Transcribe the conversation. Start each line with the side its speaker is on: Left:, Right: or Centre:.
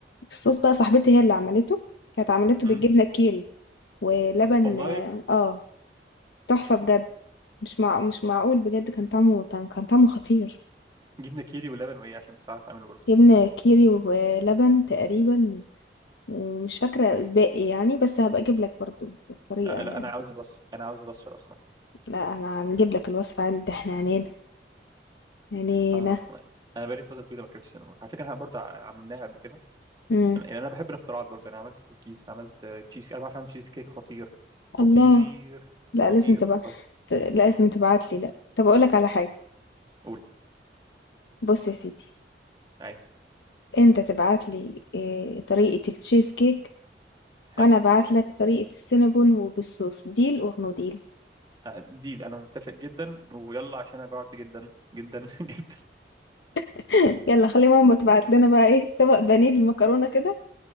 Left: الصوص بقى صاحبتي هي اللي عملته كانت عملته
Right: امم
Left: بالجبنة الكيري ولبن
Right: والله
Left: اه تحفة بجد مش مع... مش معقول بجد كان طعمه كان كان طعمه خطير
Right: جبنه كيري ولبن وايه عشان بس اعرف اعمله برضه
Left: جبنة كيري ولبن تقريبا ومش فاكرة الباقي يعني بس هبقى اجيب لك برضو الطريقة
Right: لا,
Left: يعني
Right: لا انا عاوز الوصف انا عاوز الوصف لو سمحت
Left: لا انا هنجيب لك الوصفة عندي احنا عنينا عنينا
Right: اه انا بقالي فتره طويله ما اكلتش سينابون على فكره احنا برضه ع- عملناها قبل كده
Left: مم.
Right: انا يعني أنا بحب الاختراعات برضه انا عملت كوكيز عملت آه، تشيز انا بعرف اعمل تشيز كيك خطير خطير
Left: الله لا
Right: خطير
Left: لازم تبقى
Right: خطير
Left: ت- لازم تبعت لي لا طب اقول لك على حاجة
Right: قول
Left: بص يا سيدي
Right: ايوه
Left: انت تبعت لي إيه طريقة التشيز كيك
Right: حلو
Left: وانا ابعت لك طريقة السينابون وبالصوص ديل اور نو ديل
Right: آه، ديل انا متفق جدا ويلا عشان انا جوعت جدا جدا <laughs> جدا
Left: <laughs> يلا خلي ماما تبعت لنا بقى ايه طبق بانيه بالمكرونة كده